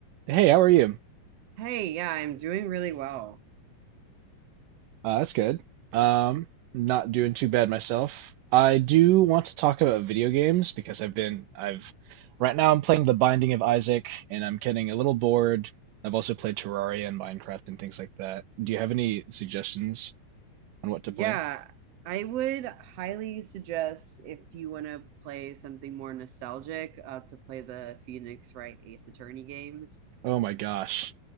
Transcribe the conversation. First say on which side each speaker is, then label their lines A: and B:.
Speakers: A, on the right; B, on the right.
A: Hey, how are you?
B: Hey, yeah, I'm doing really well.
A: Uh, that's good. Um, not doing too bad myself. I do want to talk about video games because I've been, I've, right now I'm playing The Binding of Isaac and I'm getting a little bored. I've also played Terraria and Minecraft and things like that. Do you have any suggestions on what to
B: Yeah,
A: play?
B: I would highly suggest if you want to play something more nostalgic, uh, to play the Phoenix Wright Ace Attorney games.
A: Oh my gosh.